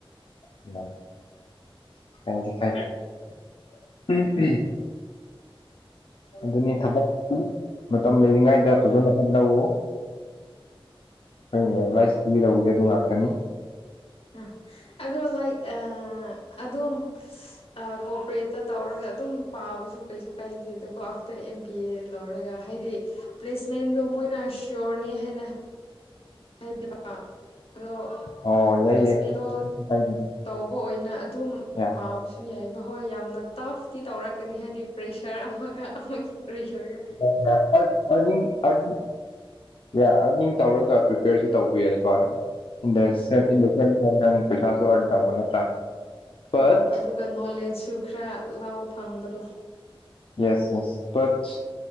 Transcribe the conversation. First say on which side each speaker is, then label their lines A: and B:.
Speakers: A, on the left; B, on the left.
A: <unintelligible> ꯑꯗꯨꯅꯤ ꯊꯕꯛ ꯃꯇꯝ ꯂꯩꯔꯤꯉꯩꯗ ꯐꯖꯅ ꯍ‌ꯣꯠꯅꯧꯋ‌ꯣ ꯑꯩꯅ ꯑꯦꯗꯚꯥꯏꯁ ꯄꯤꯔꯝꯗ‌ꯦ ꯑꯗꯨ ꯉꯥꯛꯇꯅꯤ
B: ꯑ ꯑꯗ‌ꯣ ꯂꯥꯏꯛ ꯑꯥ ꯑꯗꯣꯝ ꯑꯥ ꯀꯣꯄꯔꯦꯠꯇ ꯇꯧꯔꯒ ꯑꯗꯨꯝ ꯄꯥꯕꯁꯨ ꯀꯩꯁꯨ ꯀꯥꯏꯗꯦꯗ ꯀꯣ ꯑꯇꯩ ꯑꯦꯝ ꯕꯤ ꯑꯦ ꯂꯧꯔꯒ ꯍꯥꯏꯗꯤ ꯄ꯭ꯂꯦꯁꯃꯦꯟꯗꯣ ꯃꯣꯏꯅ ꯁ꯭ꯌꯣꯔꯅꯤ ꯍꯩꯅ ꯍꯥꯏꯕꯅꯦꯕ ꯑꯗꯣ
A: ꯑꯣ
B: ꯄ꯭ꯂꯦꯁꯃꯦꯟꯗꯣ
A: ꯌꯥꯏ ꯌꯥꯏ ꯀꯩꯁꯨ ꯀꯥꯏꯗꯦ꯫
B: ꯇꯧꯕ ꯑꯣꯏꯅ ꯑꯗꯨꯝ
A: ꯌꯥ
B: ꯄꯥꯕꯁꯨ ꯁꯨ ꯌꯥꯏꯕ ꯍꯣꯏ ꯌꯥꯝꯅ ꯇꯐꯇꯤ ꯇꯧꯔꯛꯀꯅꯤ ꯍꯥꯏꯗꯤ ꯄ꯭ꯔꯦꯁꯔ ꯑꯃꯒ ꯑꯃꯒꯤ ꯄꯔꯦꯁꯔꯒ
A: <unintelligible> ꯑꯅꯤ ꯑꯅꯤ ꯌꯥ ꯑꯅꯤ ꯇꯧꯔꯒ ꯄ꯭ꯔꯤꯄꯦꯌꯔꯁꯨ ꯇꯧꯕ ꯌꯥꯏꯀꯣ ꯏꯟ ꯗꯥ <unintelligible> <unintelligible> ꯅꯪ ꯄꯩꯁꯥꯁꯨ ꯑꯔꯟ ꯇꯧꯕ ꯅꯠꯇ꯭ꯔꯥ ꯕꯠ
B: ꯑꯥ ꯑꯗꯨꯒ ꯅꯣꯂꯦꯖꯁꯨ ꯈꯔ ꯂꯧ ꯐꯪꯕꯗꯣ
A: ꯌꯦꯁ ꯌꯦꯁ ꯕꯠ